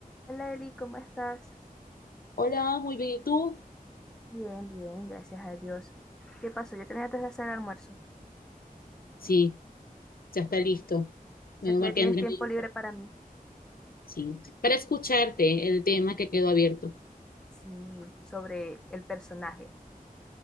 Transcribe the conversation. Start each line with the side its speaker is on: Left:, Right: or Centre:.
Centre: Hola Eli, ¿cómo estás?
Left: Hola, muy bien. ¿Y tú?
Centre: Bien, bien, gracias a Dios. ¿Qué pasó? Yo tenía antes de hacer el almuerzo. O
Left: Sí, ya está listo.
Centre: sea
Left: Menos
Centre: que
Left: mal
Centre: ya tienes
Left: que Andrés
Centre: tiempo
Left: me dijo.
Centre: libre para mí.
Left: Sí. Para escucharte el tema que quedó abierto.
Centre: Sí, sobre el personaje.